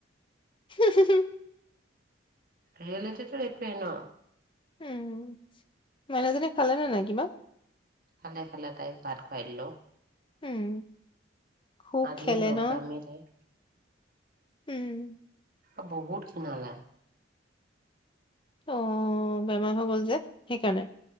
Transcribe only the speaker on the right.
এই ৰিলেটেটৰ এইটোৱে ন'?
খালে, খালে তাইক ভাত খুৱাই দিলোঁ।
আধি
নকৰামি
তাইৰ।
অ' বহুত খিনালা।